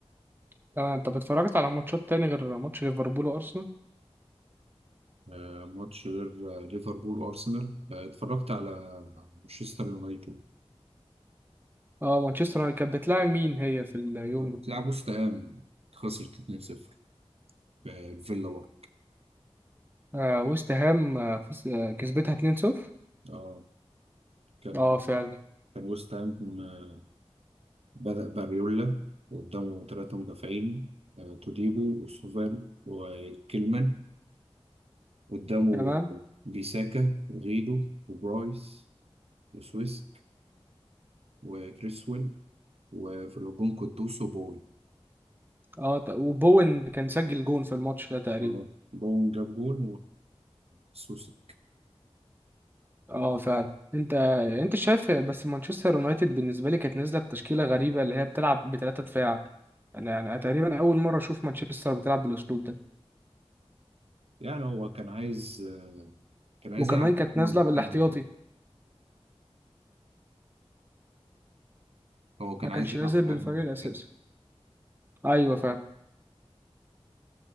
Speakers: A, on the right; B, on the right.
A: تمام طب اتفرجت على ماتشات تاني غير ماتش ليفربول وارسنال
B: آه، ماتش غير آه، ليفربول وأرسنال آه، اتفرجت على مانشستر يونايتد
A: اه مانشستر يونايتد كانت بتلاعب مين هي في اليوم
B: طب
A: ده
B: بتلعب وست هام خسرت 2-0 في فيلا برضه
A: آه ويست هام آه فوز- آه، كسبتها 2-0
B: اه كان
A: اه فعلا
B: كان وست هام آه، بدأ باريولا قدامه ثلاثة مدافعين آه، توديبو وسوفال وكيلمان قدامه
A: تمام
B: بيساكا وغيدو وبرايس وسويسك وكريسويل وفي الهجوم قدوس وبون
A: اه ت- وبوين كان سجل جون في الماتش ده تقريبا
B: اه بون جاب جون وسوسي
A: اه فعلا انت انت شايف بس مانشستر يونايتد بالنسبه لي كانت نازله بتشكيله غريبه اللي هي بتلعب بثلاثه دفاع انا يعني تقريبا اول مره اشوف مانشستر بتلعب بالاسلوب ده
B: يعني هو كان عايز آه، كان عايز
A: وكمان
B: يلعب
A: كانت
B: هجمة
A: نازله
B: ممتدة
A: بالاحتياطي
B: هو كان
A: ما كانش
B: عايز يلعب
A: نازل
B: على
A: بالفريق
B: هجمة مرتدة
A: الاساسي ايوه فعلا